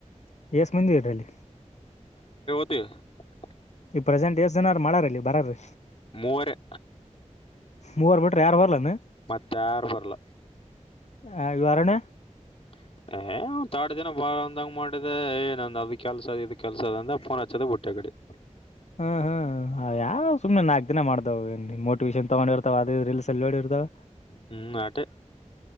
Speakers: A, on the left; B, on the left.
A: ಎಸ್ ಮಂದಿ ಇದರಲ್ಲಿ.
B: ಹಟ್ಟಿ <unintelligible>
A: ಈ ಪ್ರಸೆಂಟ್ ಏಸ್ ಜನಾರ ಮಾಡಾರ ಅಲ್ಲಿ ಬರಾರ್ರು.
B: ಮೂವರೇ
A: ಮೂವರ್ ಬಿಟ್ರೆ ಯಾರು ಬರಲೇನ.
B: ಮತ್ತ್ ಯಾರು ಬರಲ್ಲ
A: ಹ ಇವರಣೆ.
B: <inaudible> ಏ ಒ ತಾಡು ದಿನ ಬಂದಂಗ ಮಾಡಿದೆ ಏನಂದ್ ಅದ್ ಕೆಲ್ಸ ಇದ್ ಕೆಲ್ಸ ಅದ ಅಂದ ಪ್ಪೋನ್ ಹಚ್ಚೋದೆ ಬಿಟ್ಟೆ ಆ ಕಡೆ. <inaudible>
A: ಹ್ಮ್ ಹ್ಮ್ ಯಾ ಸುಮ್ಮನೆ ನಾಕ್ ಕ <unintelligible> ದಿನ ಮಾಡ್ದೇವು ಏನ್ ಮೋಟಿವೇಷನ್ ತಗೊಂಡಿರ್ತಾವ ಅದು ಇದು ರೀಲ್ಸ್ ನಲ್ಲಿ ನೋಡಿರ್ತವ.
B: ಹ್ಮ್ ಆಟೆ.